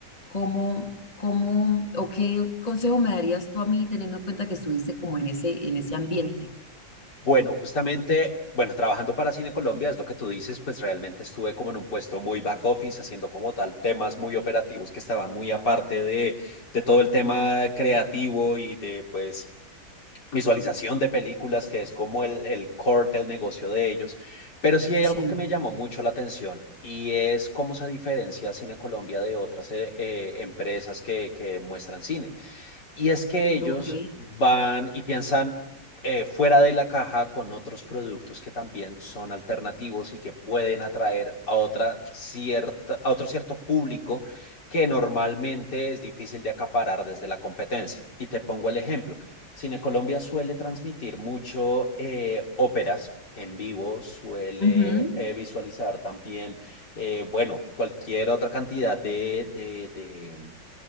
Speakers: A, on the left (about 20°); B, on the left (about 70°).
A: cómo, cómo o qué consejo me darías tú a mí teniendo en cuenta que estuviste como en ese, en ese ambiente.
B: Bueno, justamente, bueno, trabajando para Cine Colombia, es lo que tú dices, pues realmente estuve como en un puesto muy back office, haciendo como tal temas muy operativos que estaban muy aparte de, de todo el tema creativo y de pues visualización de películas, que es como el, el core del negocio de ellos. Pero sí hay
A: Sí,
B: algo que me llamó mucho la atención y es cómo se diferencia Cine Colombia de otras eh, eh, empresas que, que muestran cine. Y es que ellos
A: ok.
B: van y piensan eh, fuera de la caja con otros productos que también son alternativos y que pueden atraer a, otra cierta, a otro cierto público que normalmente es difícil de acaparar desde la competencia. Y te pongo el ejemplo. Cine Colombia suele transmitir mucho eh, óperas en vivo, suele
A: Ujú,
B: eh, visualizar también, eh, bueno, cualquier otra cantidad de, de, de